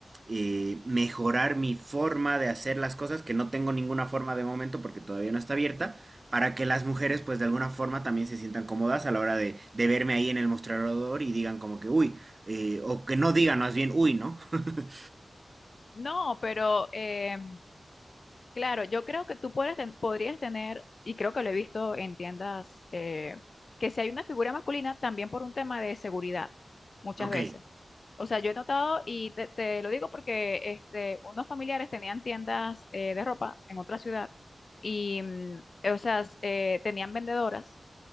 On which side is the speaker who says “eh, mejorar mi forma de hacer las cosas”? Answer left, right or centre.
Right